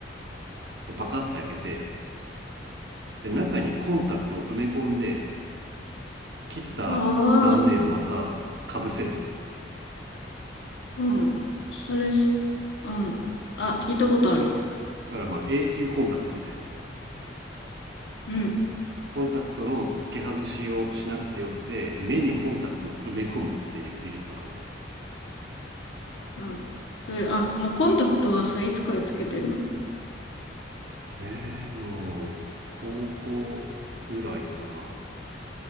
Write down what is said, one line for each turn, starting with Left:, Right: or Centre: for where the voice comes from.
Right: でパカッて開けてで中にコンタクトを埋め込んで切った断面をまたかぶせるのよだ
Left: ああ、うん。それす、うん。あ、聞いたことある。
Right: からまあ永久コンタクトみたいな
Left: うん、
Right: コンタクトの付け外しをしなくてよくて目にコンタクトを埋め込むっていう技術なのね
Left: うん。それ、あの、コンタクトはさ、いつからつけてんの
Right: えー、もう高校ぐらいかな